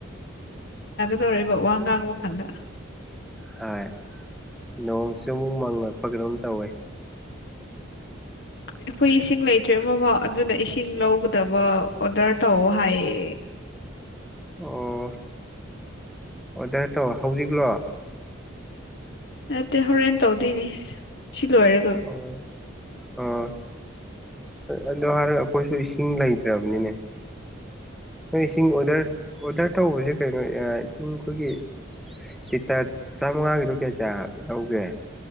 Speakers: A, on the left; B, in the centre.
A: ꯇꯧꯔꯦꯕ ꯋꯥ ꯉꯥꯡꯉꯕ ꯀꯥꯟꯗ
B: ꯍꯣꯏ ꯅꯣꯡꯁꯤ ꯑꯃꯨꯛ ꯃꯥꯡꯉꯛꯄ ꯀꯩꯅꯣꯝ ꯇꯧꯋꯦ
A: ꯑꯩꯈꯣꯏ ꯏꯁꯤꯡ ꯂꯩꯇ꯭ꯔꯦ ꯑꯃꯐꯥꯎ ꯑꯗꯨꯅ ꯏꯁꯤꯡ ꯂꯧꯒꯗꯕ ꯑꯣꯗꯔ ꯇꯧ ꯍꯥꯏꯌꯦ
B: ꯑꯣ ꯑꯣꯗꯠꯇꯣ ꯍꯧꯖꯤꯛꯂꯣ
A: ꯅꯠꯇꯦ ꯍꯣꯔꯦꯟ ꯇꯧꯗꯣꯏꯅꯤ ꯁꯤ ꯂꯣꯏꯔꯒ
B: ꯑꯣ ꯑꯣ ꯑꯗꯨꯗꯣ ꯍꯥꯏꯔ ꯑꯩꯈꯣꯏꯁꯨ ꯏꯁꯤꯡ ꯂꯩꯇ꯭ꯔꯕꯅꯤꯅꯦ ꯅꯣꯏ ꯏꯁꯤꯡ ꯑꯣꯗꯔ ꯑꯣꯗꯔ ꯇꯧꯕꯁꯦ ꯀꯩꯅꯣ ꯏꯁꯤꯡ ꯑꯩꯈꯣꯏꯒꯤ ꯂꯤꯇꯔ ꯆꯥꯃꯉꯥꯒꯤꯗꯣ ꯀꯌꯥ ꯀꯌꯥ ꯂꯧꯒꯦ